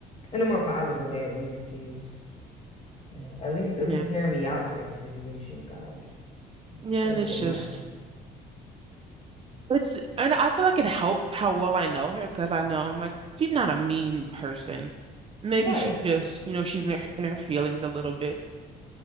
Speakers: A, on the left; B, on the right.
A: in a more positive way at least geez, you know at least at
B: yeah,
A: least hear me out type of situation gosh
B: yeah.
A: doesn't
B: And it's
A: take
B: just.
A: much
B: It's and I feel like it helps how well I know her because I know I'm like she's not a mean person. Maybe
A: right
B: she just, you know, she's in her, in her feelings a little bit.